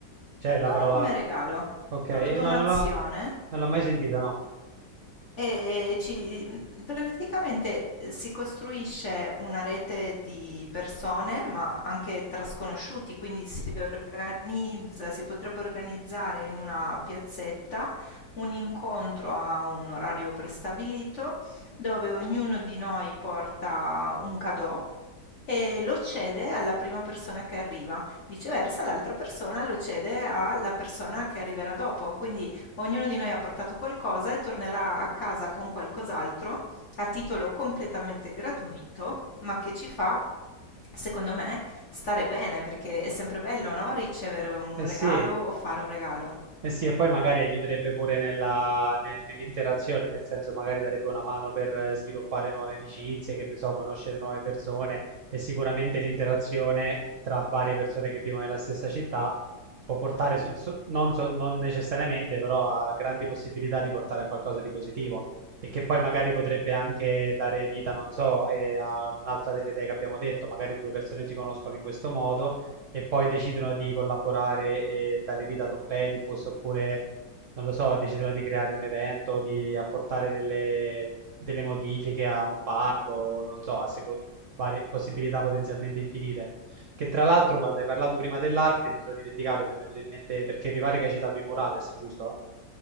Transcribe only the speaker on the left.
dono
come regalo,
proprio
donazione.
E ci, praticamente eh, si costruisce una rete di persone, ma anche tra sconosciuti, quindi si organizza, si potrebbe organizzare in una piazzetta un incontro a un orario prestabilito dove ognuno di noi porta un cadeau e lo cede alla prima persona che arriva. Viceversa, l'altra persona lo cede alla persona che arriverà dopo. Quindi Ognuno di noi ha portato qualcosa e tornerà a casa con qualcos'altro a titolo completamente gratuito, ma che ci fa, secondo me, stare bene, perché è sempre bello, no? Ricevere un
regalo o fare un regalo.